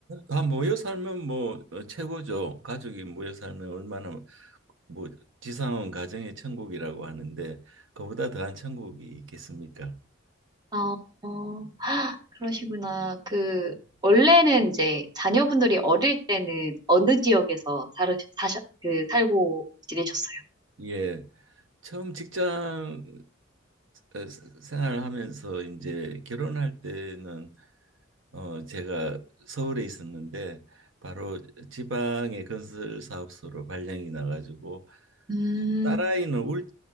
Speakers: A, on the right; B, on the right.
A: 다 모여 살면 뭐 어, 최고죠. 가족이 모여 살면 얼마나 뭐 지상은 가정의 천국이라고 하는데 그보다 더한 천국이 있겠습니까?
B: 어, 어, 헉, 그러시구나. 그 원래는 이제 자녀분들이 어릴 때는 어느 지역에서 살으, 사셨, 그 살고 지내셨어요?
A: 예. 처음 직장 어, 생활을 하면서 이제 결혼할 때는 어 제가 서울에 있었는데 바로 지방의 건설 사업소로 발령이 나가지고
B: 음,
A: 딸아이는 울